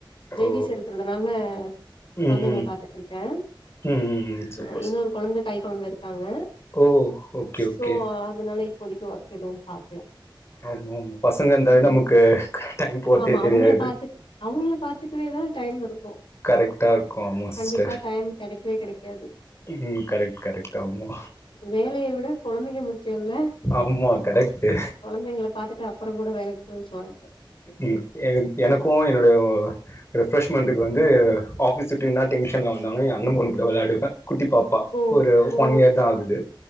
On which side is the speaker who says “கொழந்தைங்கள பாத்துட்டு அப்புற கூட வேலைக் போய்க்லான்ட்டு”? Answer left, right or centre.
Left